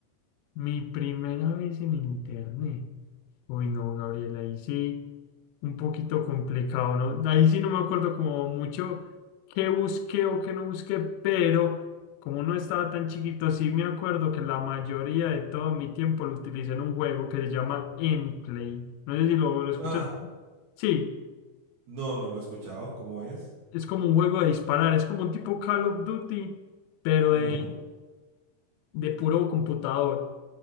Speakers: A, on the left; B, on the right.
A: mi primera vez en internet. Uy, no, Gabriel, ahí sí, un poquito complicado, ¿no? Ahí sí no me acuerdo como mucho qué busqué o qué no busqué, pero como no estaba tan chiquito, sí me acuerdo que la mayoría de todo mi tiempo lo utilicé en un juego que se llama Endplay. No sé si lo, lo escuchas.
B: Ah,
A: Sí,
B: no, no lo he escuchado. ¿Cómo es?
A: es como un juego de disparar, es como un tipo Call of Duty, pero
B: Ujú.
A: de, de puro computador.